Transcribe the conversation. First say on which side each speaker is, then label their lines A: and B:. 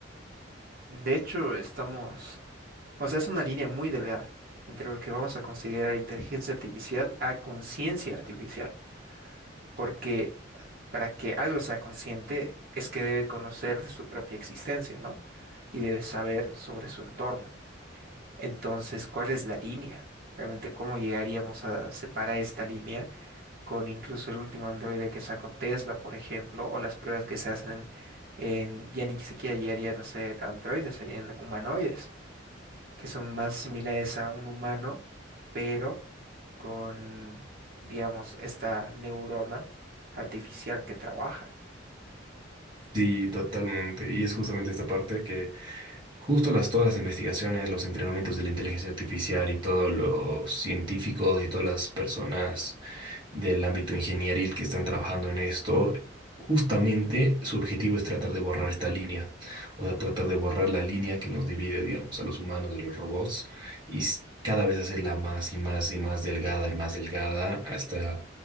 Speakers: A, on the right; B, on the right.
A: De hecho, estamos, o sea, es una línea muy delgada entre lo que vamos a considerar inteligencia artificial a conciencia artificial. Porque para que algo sea consciente es que debe conocer de su propia existencia, ¿no? Y debe saber sobre su entorno. Entonces, ¿cuál es la línea? Realmente, ¿cómo llegaríamos a separar esta línea con incluso el último androide que sacó Tesla, por ejemplo, o las pruebas que se hacen en, ya ni siquiera llegarían a ser androides, serían humanoides, que son más similares a un humano, pero con, digamos, esta neurona artificial que trabaja.
B: Sí, totalmente. Y es justamente esta parte que justo las todas las investigaciones, los entrenamientos de la inteligencia artificial y todos los científicos y todas las personas del ámbito ingenieril que están trabajando en esto, justamente su objetivo es tratar de borrar esta línea, o sea, tratar de borrar la línea que nos divide, digamos, a los humanos de los robots y s- cada vez hacerla más y más y más delgada y más delgada hasta